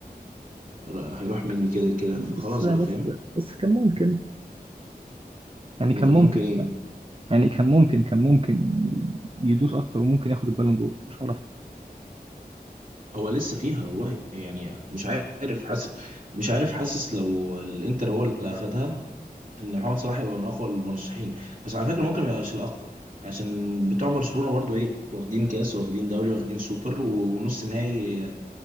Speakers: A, on the right (about 55°); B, on the right (about 35°).
A: ر- هيروح مني كده كده
B: بس
A: فخلاص
B: بس
A: بقى فاهم
B: بس كان ممكن يعني
A: ما
B: كان
A: كان
B: ممكن
A: ممكن ايه
B: يعني كان ممكن كان ممكن يدوس اكتر وممكن ياخد البالون دور مش هعرف
A: هو لسه فيها والله يعني مش عارف حاسس مش عارف حاسس لو الانتر هو اللي اخدها ان محمد صلاح يبقى من اقوى المرشحين بس على فكره ممكن ما يبقاش الاقوى عشان بتوع برشلونه برضو ايه واخدين كاس واخدين دوري واخدين سوبر ونص نهائي